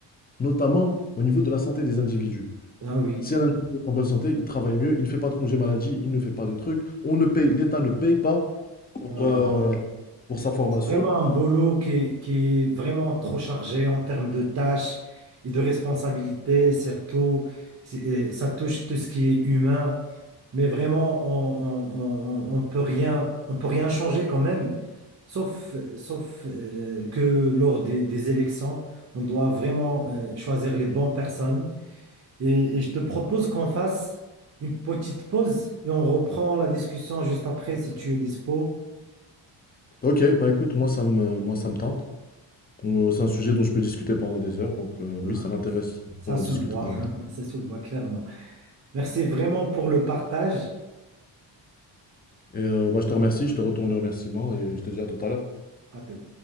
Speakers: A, on the left (about 20°); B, on the right (about 35°).
A: notamment au niveau de la santé des individus.
B: ah oui,
A: Si un individu est en bonne santé, il travaille mieux, il ne fait pas de congé maladie, il ne fait pas de trucs. On ne paye, l'État ne paye pas pour,
B: ah
A: euh,
B: oui.
A: pour sa formation.
B: Vraiment un boulot qui est, qui est vraiment trop chargé en termes de tâches et de responsabilités, surtout, c'est- euh, ça touche tout ce qui est humain, mais vraiment, on, on, on- on peut rien, on peut rien changer quand même, sauf, sauf euh, que lors des, des élections, on doit vraiment euh, choisir les bonnes personnes. Et, et je te propose qu'on fasse une petite pause et on reprend la discussion juste après si tu es dispo.
A: Ok, bah écoute, moi ça me, moi ça me tente. Euh, C'est un sujet dont je peux discuter pendant des heures, donc euh, oui,
B: Ah,
A: ça m'intéresse
B: ça
A: qu'on
B: se
A: en discute
B: le voit,
A: par
B: <laughs>
A: là.
B: ça se le voit clairement. Merci vraiment pour le partage.
A: Et euh, bah, je te remercie, je te retourne le remerciement et je te dis à tout à l'heure.
B: À t-